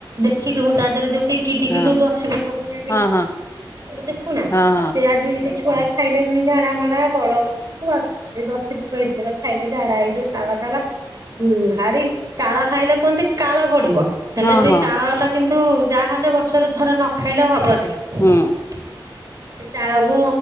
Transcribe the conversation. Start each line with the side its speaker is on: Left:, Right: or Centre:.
Right: ଦେଖିଥିମୁ ତା ଦେହରେ ଯୋଉଠି ଟିକିଟିକି
Left: ହଁ
Right: ଯୋଉ ଦଶୀ ପୋକ ଭୁଣିଆ ହେଇ
Left: ହଁ ହଁ
Right: ଦେଖୁନା
Left: ହଁ ହଁ।
Right: ସେ ଆଜି ସେଇ ଛୁଆ ଖାଇଲେ ପୁଣି ଝାଡା ମାଡା ବଡ କୁ ଏଇ ଦସି ପୋକ ହେଇଥିଲେ ବା ଖାଇଲେ ଝାଡା ହେଇଯିବେ ତା ବାଦ୍ ହଁ ବା ହୁଁ ଭାରି ତାଳ ଖାଇଲେ କୁହନ୍ତି କାଳ ପଡିବ। ହେଲେ
Left: ହଁ
Right: ସେଇ
Left: ହଁ
Right: ତାଳ ଟା କିନ୍ତୁ ଯାହା ହେଲେ ବର୍ଷରେ ଥରେ ନ ଖାଇଲେ ହବନି।
Left: ହୁଁ
Right: <inaudible> ସେଇ ତାଳକୁ